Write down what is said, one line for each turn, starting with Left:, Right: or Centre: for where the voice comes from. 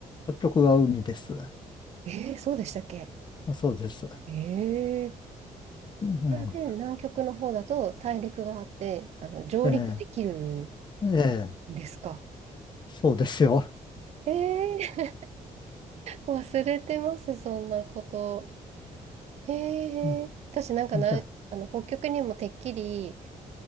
Left: 北極は海です。
Right: えー、そうでしたっけ
Left: そうです。
Right: ええ
Left: うん、
Right: ー。で、南極の方だと大陸があって、あの、上陸できる
Left: ええ、ええ、
Right: んですか
Left: そうですよ。
Right: ええー、<laughs> 忘れてます、そんなこと。へえ私なんかな、
Left: うんじゃ、
Right: あの、北極にもてっきり、